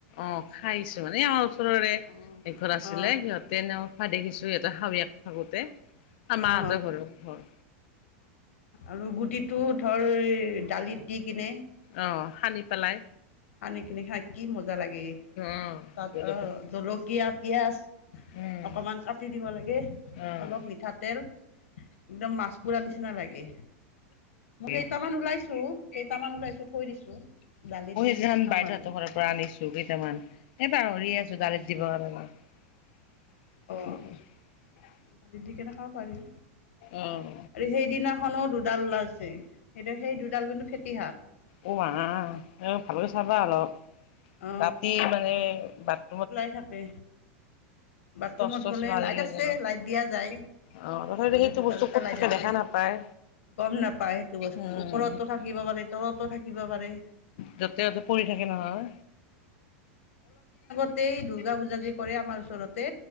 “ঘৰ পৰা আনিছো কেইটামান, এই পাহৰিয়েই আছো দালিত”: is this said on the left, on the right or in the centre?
Left